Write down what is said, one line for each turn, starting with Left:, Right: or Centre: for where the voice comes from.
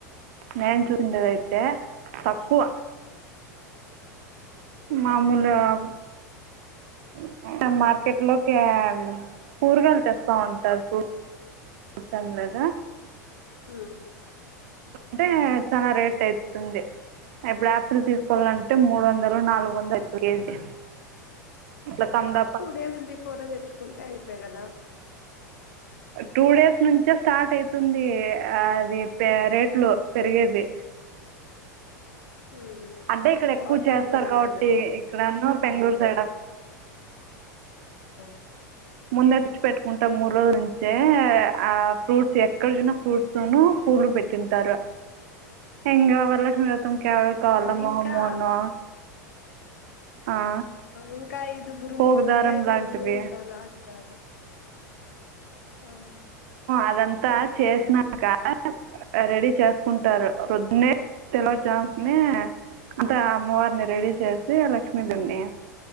Right: నేను చూసుండేదయితే తక్కువ
Left: ఉ
Right: మామూలుగా మార్కెట్ లోకి కురగాయలు తెస్తా ఉంటారు అవుసరంలేదు
Left: ఉమ్
Right: అంటే చాన రేట్ అయితుంది ఇప్పుడు యాపిల్ తీసుకోవాలంటే మూడు వందలు నాలుగు వందలు కేజీ మల కమ్ద
Left: టూ డేస్ బిఫోరే తెచ్చుకుంటే అయిపోయాకదా
Right: టూ డేస్ నుంచే స్టార్ట్ అయితుంది అది రేట్లు పెరిగేది
Left: ఉమ్
Right: అంటే ఇక్కడ ఎక్కువ
Left: వాళ్ళు
Right: చేస్తారు
Left: అనుకోనింటారులే
Right: కాబట్టి
Left: ముందు.
Right: ఇక్కడను బెంగళూరు సైడ్
Left: ఆ
Right: ముందడికి పెట్టుకుంటాం మూడు రోజుల నుంచి తే ఆ ఫ్రూట్స్ ఎక్కడ చూసిన ఫ్రూట్స్ ను పూలు పెట్టింటారు ఇంగా వరలక్ష్మి వ్రతం క కావాల
Left: ఆ
Right: మొహమ్మోను
Left: ఇంకా
Right: ఆ
Left: ఇంకా ఐదుగురు
Right: పోగుదారం
Left: ముత్తయిదువులు
Right: లాంటివి
Left: ఉండాల అంటారు ఆ
Right: అదంతా చేసినంక రెడీ చేసుకుంటారు ప్రొద్దునే తెలవారుజామునే అంటే అమ్మవారిని రెడీ చేసి లక్ష్మీదన్ని